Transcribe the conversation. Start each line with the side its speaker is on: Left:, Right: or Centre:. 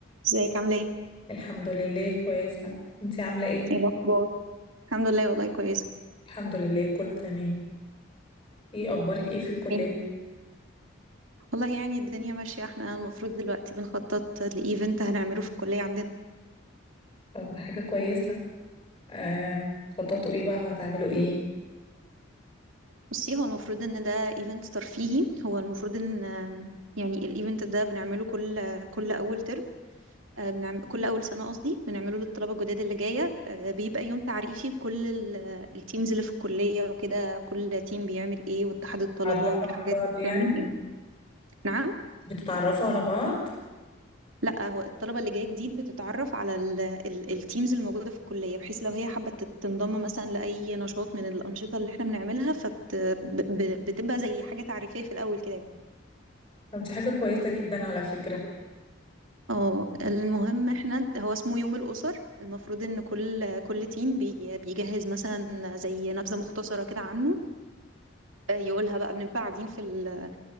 Right: ازيك عامله ايه
Left: الحمد لله كويسة انتي عاملة ايه؟
Right: ايه الاخبار الحمد لله والله كويسه
Left: الحمد لله كله تمام ايه اخبارك ايه في الكلية؟
Right: إيه؟ والله يعني الدنيا ماشيه احنا المفروض دلوقتي بنخطط لايفنت هنعمله في الكليه عندنا
Left: طب ده حاجة كويسة آه خططوا ايه بقى هتعملوا ايه؟
Right: بصي هو المفروض ان ده ايفنت ترفيهي هو المفروض ان آم، يعني الايفنت ده بنعمله كل كل اول ترم آه، بنعمل كل اول سنه قصدي بنعمله للطلبه الجداد اللي جايه آه، بيبقى يوم تعريفي بكل التيمز اللي في الكليه وكده كل تيم بيعمل ايه واتحاد الطلبه
Left: تعرفوا
Right: والحاجات
Left: على بعض
Right: دي
Left: يعني؟
Right: بتعمل ايه نعم
Left: بتتعرفوا على بعض؟
Right: لا هو الطلبة اللي جاية جديد بتتعرف على ال ال التيمز الموجودة في الكلية بحيث لو هي حابة تت- تنضم مثلا لأي نشاط من الأنشطة اللي احنا بنعملها فبت ب- ب- بتبقى زي حاجة تعريفية في الأول كده
Left: طب دي حاجة كويسة جدا على فكرة
Right: اه المهم احنا هو اسمه يوم الأسر المفروض ان كل كل تيم بي- بيجهز مثلا زي نبذة مختصرة كده عنه آه، يقولها بقى بنبقى قاعدين في ال